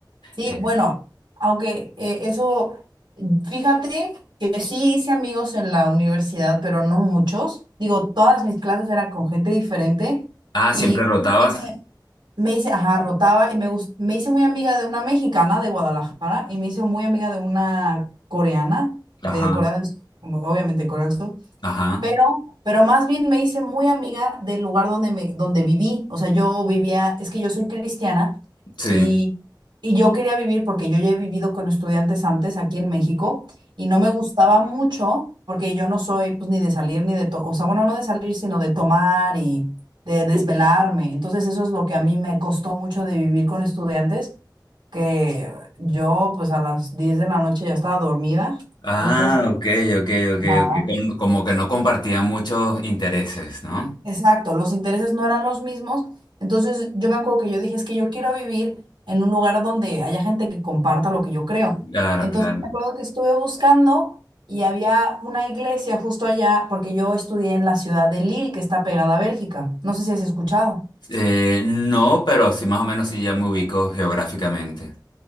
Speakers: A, on the right; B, on the left.
A: Sí,
B: Eh,
A: bueno, aunque eh, eso, fíjate que sí hice amigos en la universidad, pero no muchos. Digo, todas mis clases eran con gente diferente
B: ah,
A: y
B: siempre rotabas.
A: me hice, me hice, ajá, rotaba y me, gus- me hice muy amiga de una mexicana de Guadalajara y me hice muy amiga de una coreana
B: Ajá,
A: de Corea del Sur, como obviamente Corea del Sur.
B: ajá,
A: Pero, pero más bien me hice muy amiga del lugar donde, me, donde viví. O sea, yo vivía, es que yo soy cristiana
B: sí.
A: y, y yo quería vivir porque yo ya he vivido con estudiantes antes aquí en México y no me gustaba mucho porque yo no soy pues ni de salir ni de, to- o sea, bueno, no de salir, sino de tomar y de desvelarme. Entonces eso es lo que a mí me costó mucho de vivir con estudiantes, que yo pues a las 10 de la noche ya estaba dormida.
B: Ah,
A: Entonces,
B: ok, ok, ok,
A: ajá.
B: ok. Con- Como que no compartían muchos intereses, ¿no?
A: Exacto, los intereses no eran los mismos. Entonces yo me acuerdo que yo dije, es que yo quiero vivir en un lugar donde haya gente que comparta lo que yo creo.
B: Claro,
A: Entonces
B: claro.
A: me acuerdo que estuve buscando y había una iglesia justo allá, porque yo estudié en la ciudad de Lille, que está pegada a Bélgica. No sé si has escuchado.
B: Eh, no, pero sí, más o menos sí ya me ubico geográficamente.